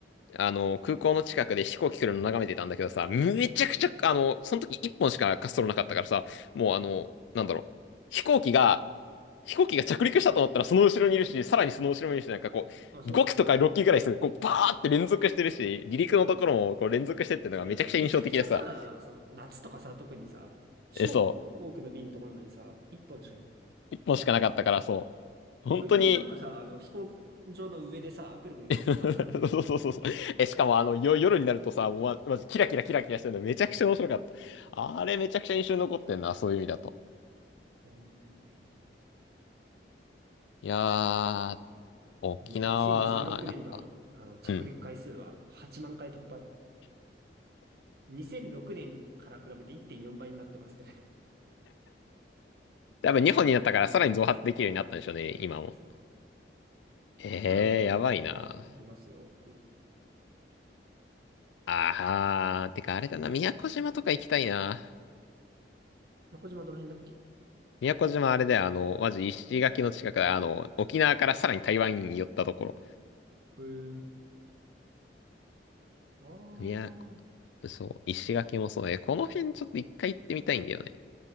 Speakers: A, on the left; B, on the right.
A: あの、空港の近くで飛行機来るの眺めてたんだけどさ、めちゃくちゃ、あの、その時1本しか滑走路なかったからさ、もうあの、
B: うん。
A: なんだろう、飛行機が、飛行機が着陸したと思ったらその後ろにいるし、さらにその後ろにいるし、なんかこう、
B: あ、すごいよ。
A: 5機とか6機ぐらいする、こう、バーって連続してるし、離陸のところもこう連続してってのがめちゃくちゃ印象的でさ、
B: うん。そういや、そう、めちゃくちゃさ、そう、夏とかさ、特にさ、超多くの便止まんのにさ、
A: え、そ
B: 一本しかない。
A: う、1本しかなかったから、
B: だからその、
A: そう。本当に
B: 余裕でなんかさ、あの、飛行場の上でさ、くるくるくるくる回ってたからね。
A: <laughs> そうそうそうそう。え、しかもあの、よ、夜になるとさ、もうま、まずキラキラキラキラしてるのめちゃくちゃ面白かった。あれめちゃくちゃ印象に残ってんな、そういう意味だと。
B: うん。
A: いやー、沖縄、
B: に2016年度の、
A: やっぱ、
B: あの着陸回数は8万回突破って。
A: うん。
B: 2006年から比べて1.4倍になってますって書いて
A: 多分日本になったからさらに増発できるようになったんでしょうね、
B: ある。うん
A: 今も。
B: そう。
A: ええー、
B: まあ、あの、
A: やばいな。
B: 行きますよっていう。
A: あー、てかあれだな、宮古島とか行きたいな。
B: 宮古島どの辺だっけ
A: 宮古島あれだよ、あの、マジ石垣の近くだ、あの、沖縄からさらに台湾に寄ったところ。
B: へえ。ああ。
A: 宮古、そう、石垣もそうだね。この辺ちょっと一回行ってみたいんだよね。